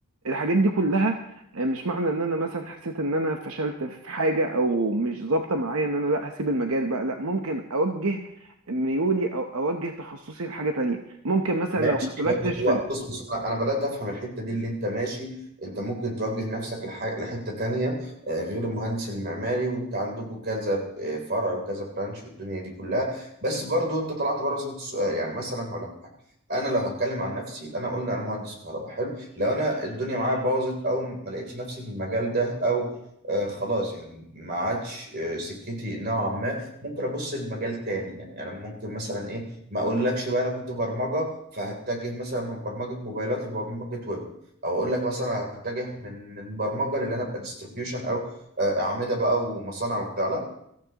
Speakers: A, on the right; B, on the right.
A: الحاجات دي كلها آه، مش معنى ان انا مثلا حسيت ان انا فشلت في حاجة او مش ظابطة معايا ان انا لا هسيب المجال بقى لا ممكن اوجه ميولي او اوجه تخصصي لحاجة تانية ممكن مثلا
B: ماشي
A: لو ما سلكتش
B: هو
A: في
B: هو
A: ال...
B: بص بص انا أنا بدات افهم الحته دي اللي انت ماشي انت ممكن توجه نفسك لح... لحته تانية آه، غير المهندس المعماري وانت عندكم كذا آه، فرع وكذا برانش والدنيا دي كلها بس برضو انت طلعت بره صوت السؤال يعني مثلا هقول لك على حاجه انا لو هتكلم عن نفسي انا قلنا انا مهندس كهرباء حلو لو انا الدنيا معايا باظت او ما لقيتش نفسي في المجال ده او آه خلاص يعني ما عادش آه سكتي نوعا ما ممكن ابص لمجال تاني يعني انا ممكن مثلا ايه ما اقولكش بقى انا كنت برمجه فهتجه مثلا من برمجه موبايلات لبرمجه ويب او اقول لك مثلا هتجه من من برمجه للي انا ابقى ديستريبيوشن او آه، اعمده بقى ومصانع وبتاع لا